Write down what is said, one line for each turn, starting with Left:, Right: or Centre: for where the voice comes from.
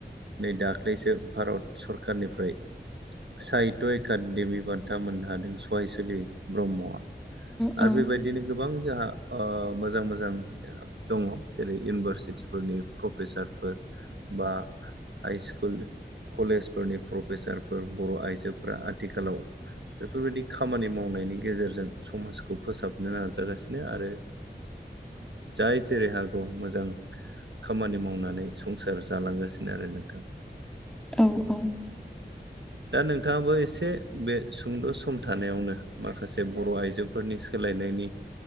Right: नै दाख्लैसो भारत सरखारनिफ्राय साइ एक देमि बान्था मोननो हादों सहायसलि ब्रह्मआ आरो
Centre: औ
Right: बेबायदि बिदिनो गोबां जोंहा मोजां मोजां दङ जेरै इउनिभारसिटिफोरनि प्रफेसारफोर बा हाइ स्कुल कलेजफोरनि प्रफेसारफोर बर' आइजो फोर आथिखालाव बेफोरबायदि खामानि मावनायनि गेजेरजों समाज खौ फोसाबनो नाजागासिनो आरो जाय जेरै हागौ मोजां खामानि मावनानै संसार जालांगासिनो आरो नोंथां
Centre: औ औ
Right: दा नोंथाङाबो एसे बे सुंद' सम थानायावनो माखासे बर' आइजोफोरनि सोलायनायनि